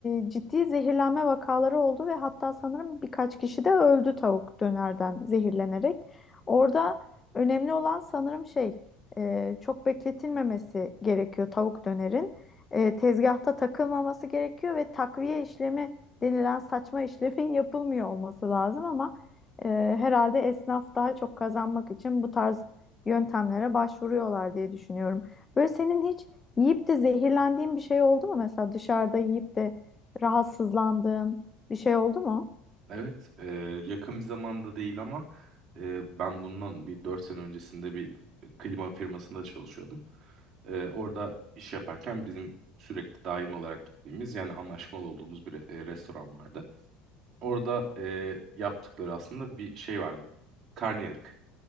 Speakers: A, on the left; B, on the right.
A: e, ciddi zehirlenme vakaları oldu ve hatta sanırım birkaç kişi de öldü tavuk dönerden zehirlenerek. Orada önemli olan sanırım şey e, çok bekletilmemesi gerekiyor tavuk dönerin. E, tezgahta takılmaması gerekiyor ve takviye işlemi denilen saçma işlemin <laughs> yapılmıyor olması lazım ama E, herhalde esnaf daha çok kazanmak için bu tarz yöntemlere başvuruyorlar diye düşünüyorum. Böyle senin hiç yiyip de zehirlendiğin bir şey oldu mu? Mesela dışarıda yiyip de rahatsızlandığın bir şey oldu mu?
B: Evet, e, yakın bir zamanda değil ama e, ben bundan bir 4 sene öncesinde bir klima firmasında çalışıyordum. E, orada iş yaparken bizim sürekli daim olarak gittiğimiz yani anlaşmalı olduğumuz bir e, restoran vardı. Orada e, yaptıkları aslında bir şey vardı. Karnıyarık.